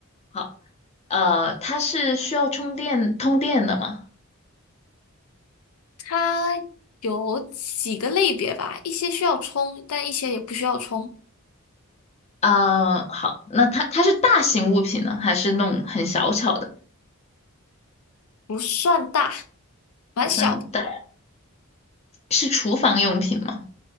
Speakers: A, on the left (about 30°); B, on the left (about 75°).
A: 好，呃，它是需要充电通电的吗？
B: 它有几个类别吧？一些需要充，但一些也不需要充，
A: 呃，好，那它它是大型物品呢，还是那种很小巧的？
B: 不算大。蛮小的，
A: 不算大，是厨房用品吗？